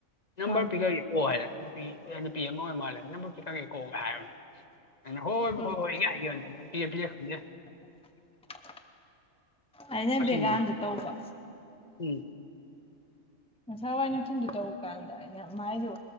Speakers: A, on the left; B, in the centre.
A: ꯅꯝꯕꯔ
B: ꯑꯥ
A: ꯄꯤꯈꯒꯤ ꯀ ꯍꯥꯏꯔꯦ ꯅꯨꯄꯤ ꯑꯦ ꯅꯨꯄꯤ ꯑꯃ ꯑꯣꯏ ꯃꯥꯜꯂꯦ ꯅꯪ ꯐꯥꯎꯗꯤ ꯈꯪꯉꯦꯀꯣ ꯍꯥꯏꯕꯅꯦ ꯑꯩꯅ ꯍꯣꯏ ꯍꯣꯏ
B: ꯎꯝ
A: ꯍꯣꯏ ꯍꯣꯏ ꯍꯥꯏꯒꯤꯕꯅꯦ ꯑꯗꯨꯝ ꯄꯤꯌꯦ ꯄꯤꯌꯦ ꯈꯪꯗꯦ
B: <inaudible> ꯑꯩꯅ
A: ꯃꯁꯤꯡꯗꯣ
B: ꯕꯦꯒꯥꯟꯗ ꯇꯧꯕ
A: ꯎꯝ
B: ꯉꯁꯥꯏ ꯋꯥꯏ ꯅꯨꯡꯊꯤꯟꯗ ꯇꯧꯕ ꯀꯥꯟꯗ ꯑꯩꯅ ꯃꯥꯏꯗꯣ